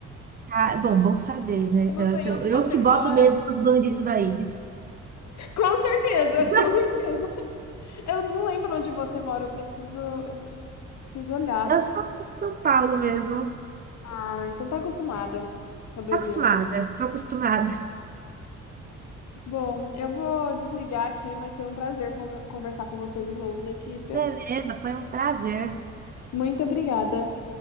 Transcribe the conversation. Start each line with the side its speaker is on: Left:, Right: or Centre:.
Right: Ah, bom, bom saber, né?
Left: Eu
Right: Se
Left: não
Right: Eu,
Left: sei
Right: se eu,
Left: onde você
Right: eu que
Left: mora.
Right: boto medo dos bandidos daí.
Left: Com certeza,
Right: <laughs>
Left: com certeza. Eu não lembro onde você mora, eu preciso, preciso olhar.
Right: Eu sou de São Paulo mesmo.
Left: Ah, então tá acostumada com a doideira.
Right: Tô Acostumada, tô acostumada.
Left: Bom, eu vou desligar aqui, mas foi um prazer con- conversar com você de novo, Letícia.
Right: Beleza, foi um prazer.
Left: Muito obrigada.